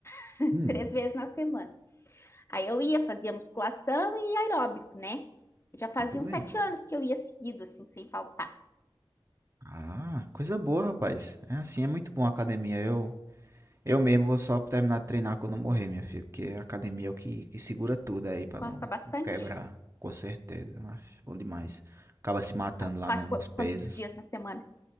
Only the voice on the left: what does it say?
<laughs>
três vezes na semana. Aí eu ia, fazia musculação e aeróbico, né? Já faziam
sete anos que eu ia seguido, assim, sem faltar.
Tu gosta
bastante?
Ah,
Tu faz
qu-
quantos dias na semana?